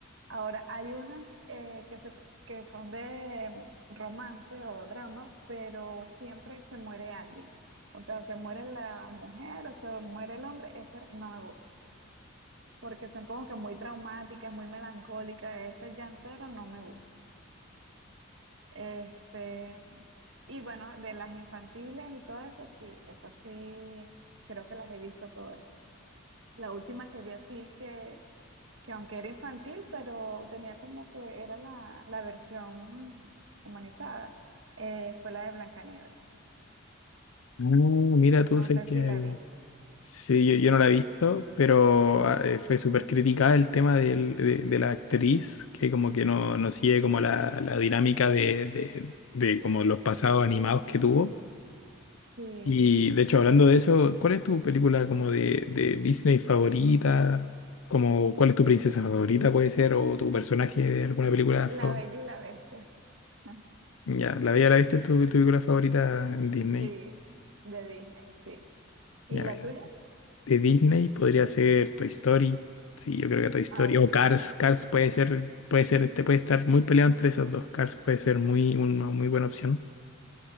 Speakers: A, on the right; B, on the left.
A: Ahora, hay unas eh, que, se, que son de mm, romance o drama, pero siempre se muere alguien. O sea, se muere la mujer o se muere el hombre, ese no me gusta, porque son como que muy traumáticas, muy melancólicas, ese llantero no me gusta. Este, y bueno, de las infantiles y todo eso, sí, esas sí, creo que las he visto todas. La última que vi así que que aunque era infantil, pero tenía como que era la, la versión humanizada, eh, fue la de Blancanieves.
B: Ah, mira tú,
A: No
B: sé
A: sé
B: que
A: si la viste.
B: sí, yo, yo no la he visto, pero ah, eh, fue súper criticada el tema del- de, de la actriz, que como que no, no sigue como la, la dinámica de, de, de como los pasados animados que tuvo.
A: Sí,
B: Y de hecho, hablando de eso, ¿cuál es tu película como de, de Disney favorita? Como, ¿cuál es tu princesa favorita puede ser? ¿O tu personaje de alguna película
A: La
B: favorita?
A: Bella y la Bestia. <laughs>
B: Ya, La Bella y la Bestia es tu, tu película favorita en Disney.
A: Sí, de Disney, sí. ¿Y
B: Ya,
A: la
B: mira.
A: tuya?
B: De Disney podría ser Toy Story. Sí, yo creo que Toy Story.
A: Ah, Ok,
B: O Cars. Cars puede ser, puede ser, este puede estar muy peleado entre esas dos. Cars puede ser muy, una muy buena opción.